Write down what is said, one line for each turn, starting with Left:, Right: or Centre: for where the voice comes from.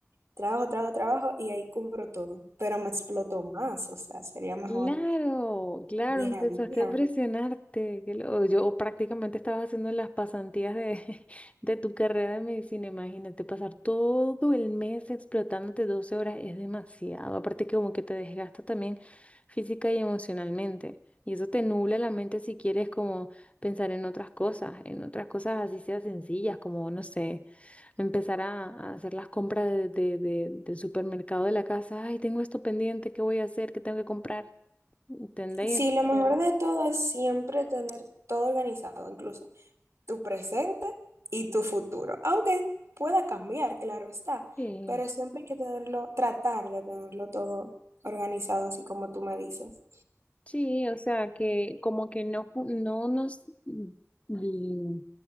Right: trabajo, trabajo, trabajo y ahí cubro todo. Pero me exploto más, o sea, sería mejor
Left: Claro, claro,
Right: día
Left: empezaste
Right: a día.
Left: a presionarte. qué lo- Yo prácticamente estaba haciendo las pasantías de, <laughs> de tu carrera de medicina. Imagínate, pasar todo el mes explotándote 12 horas es demasiado. Aparte que como que te desgasta también física y emocionalmente. Y eso te nubla la mente si quieres como pensar en otras cosas, en otras cosas así sea sencillas, como, no sé, empezar a, a hacer las compras de- de- de- del supermercado de la casa. Ay, tengo esto pendiente, ¿qué voy a hacer? ¿Qué tengo que comprar? ¿Entendéis?
Right: Sí,
Left: Entonces,
Right: lo mejor de todo es siempre tener todo organizado, incluso. tu presente y tu futuro. Aunque pueda cambiar, claro está,
Left: sí,
Right: pero siempre hay que tenerlo, tratar de tenerlo todo organizado, así como tú me dices.
Left: sí, o sea, que como que no, pu- no nos, mm,